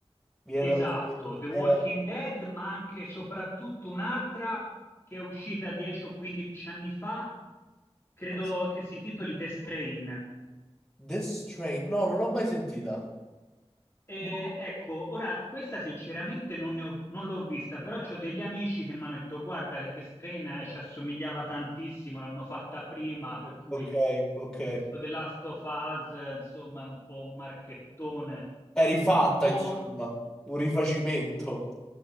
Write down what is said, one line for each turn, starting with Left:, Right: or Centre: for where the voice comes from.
Centre: mi viene
Left: Esatto,
Centre: da pensare The Walking
Left: The
Centre: Dead.
Left: Walking Dead, ma anche e soprattutto un'altra che è uscita 10 o 15 anni fa, credo
Centre: Come si chiama?
Left: che si intitoli The Strain.
Centre: The Strain, no, non l'ho mai sentita.
Left: E,
Centre: No.
Left: ecco, ora questa sinceramente non, ne ho- non l'ho vista, però ho degli amici che mi hanno detto guarda che The Strain eh, ci assomigliava tantissimo, l'hanno fatta prima, per cui
Centre: Ok, ok.
Left: questo The Last of Us, eh, insomma, è un po' un marchettone.
Centre: È rifatta,
Left: Boh,
Centre: insomma, un rifacimento.